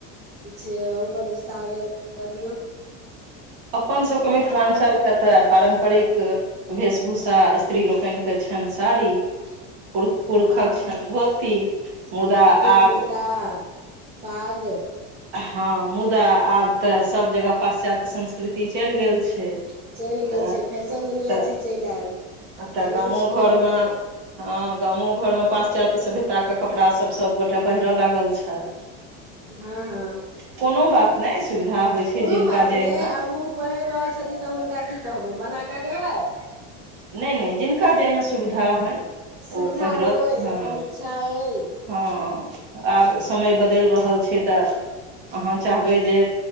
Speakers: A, on the right (about 30°); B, on the right (about 65°).
A: किछ ऊपर विस्तार क दियौ
B: अपन सभके मिथिलाञ्चलके तऽ पारम्परिक वेशभूषा स्त्री लोकनिक के छनि साड़ी पुरूख पुरुषक
A: हँ
B: छैन धोती मुदा
A: धोती
B: आब
A: कुर्ता पाग
B: हँ मुदा आब तऽ सब जगह पाश्चात्य संस्कृति चलि गेल छै
A: चलि गेल
B: तऽ
A: छै फैशन दुनिया
B: तऽ
A: छै चलि आयल
B: एतऽ
A: जींस
B: गामो घरमे
A: टॉप
B: हँ गामो घरमे पाश्चात्य सभ्यता के कपड़ा सभ सभगोटाे पहिरय लागल छथि
A: हँ हँ
B: कोनो बात नहि सुविधा होइ छै
A: कोनो
B: जिनका
A: बात
B: जाहिमे
A: नहि आब ओ पहिर रहल छथिन तऽ हुनका की कहबै मना कऽ देबै
B: नहि नहि जिनका जैमे सुविधा होनि
A: सुविधा
B: ओ पहिरत
A: होय
B: हँ
A: अपन इच्छा अइ
B: हँ आब समय बदलि रहल छै तऽ अहाँ चाहबै जे